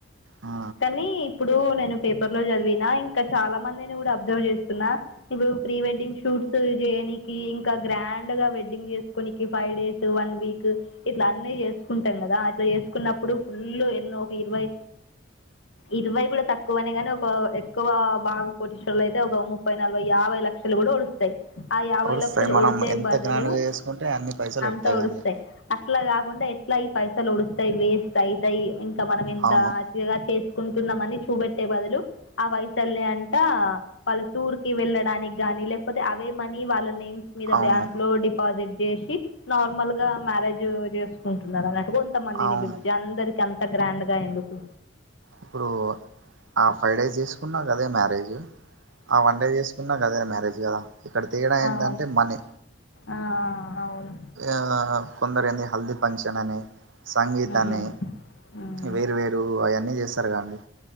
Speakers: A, on the right; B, on the left.
A: ఆ
B: కానీ ఇప్పుడు నేను పేపర్ లో చదివిన ఇంకా చాలా మందిని కూడా అబ్జర్వ్ చేస్తున్నా ఇప్పుడు ప్రీ వెడ్డింగ్ షూట్స్ చేయనికి ఇంకా గ్రాండ్గా వెడ్డింగ్ చేసుకోనీకి ఫైవ్ డేస్ వన్ వీక్ ఇట్లన్నీ చేసుకుంటాం కదా ఇట్ల చేసుకున్నప్పుడు ఫుళ్ళు ఎన్నో ఒక ఇరవై ఇరవై కూడ తక్కువనే గనీ ఒక ఎక్కువ బాగా కోటిశ్వర్లు అయితే ఒక ముప్పై నలభై యాభై లక్షలు గూడ ఒడుస్ ఆ యాభై
A: వస్తాయి
B: లక్షలు
A: మనం
B: ఒడిసే
A: ఎంత
B: బదులు
A: గ్రాండ్గా చేసుకుంటే అన్ని పైసలు
B: అంత
A: వస్తాయి
B: ఒడుస్తయి
A: అండి
B: అట్ ట్లా గాకుండా ఎట్ల ఈ పైసలు ఒడుస్తయి వేస్ట్ అయితయి ఇంక మనం ఎంత
A: అవును
B: ఇలా చేసుకుంటున్నమని చూపెట్టే బదులు ఆ పైసల్ని అంత వాళ్ళు టూర్ కి వెళ్ళడానికి గ్గాని లేకపోతే అవే మనీ వాళ్ళ నేమ్స్ మ్స్ మీద
A: అవును
B: బ్యాంక్ లో డిపాజిట్ జేషి నార్మల్ గా మ్యారేజ్ చేసుకుంటున్నరన్నట్టు కొంత్ త మందిని
A: అవును
B: పిలిచి అందరికి అంత గ్రాండ్ గా ఎందుకు
A: ఇప్పుడూ ఆ ఫైవ్ డేస్ చేసుకున్నా గదే మ్యారేజ్ ఆ వన్ డే జేస్ కున్న గదే మ్యారేజ్ గదా ఇక్కడ తేడా ఏంటంటే
B: అవును
A: మనీ
B: ఆ అవును
A: ఆ కొందరేంది హల్ది ఫంక్షన్ అని సంగీత్
B: ఉమ్
A: అని
B: ఉమ్
A: వేరు వేరు అయన్నీ చేస్తరుగా అండి